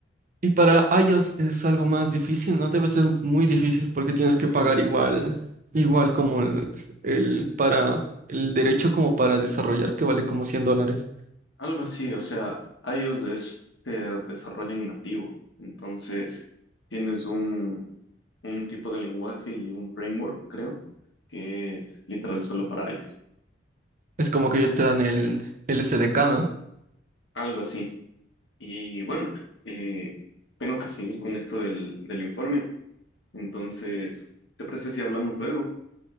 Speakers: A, on the right; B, on the left.
A: Y para iOS es algo más difícil, ¿no? Debe ser muy difícil porque tienes
B: Eh,
A: que pagar igual, igual como el, el para el derecho como para desarrollar que vale como 100 dólares.
B: Algo así, o sea, iOS es- se desarrolla en nativo, entonces tienes un, un tipo de lenguaje y un framework, creo, que es literal solo para iOS,
A: Es como que ellos te dan el, el SDK, ¿no?
B: algo así. Y bueno, eh, tengo que seguir con esto del, del informe, entonces, ¿te parece si hablamos luego?